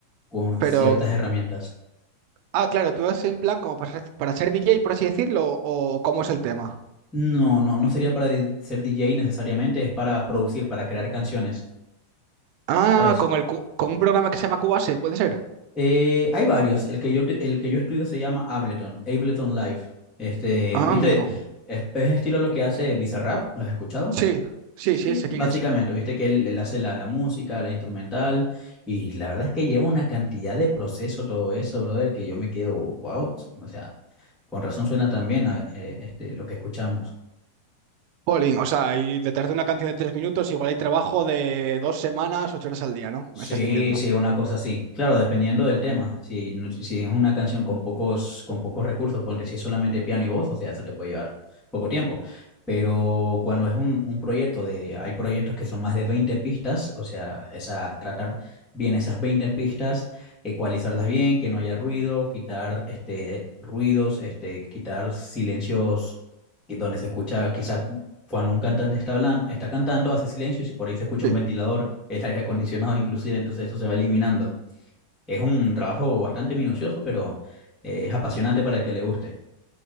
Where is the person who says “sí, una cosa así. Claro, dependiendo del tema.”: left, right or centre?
Centre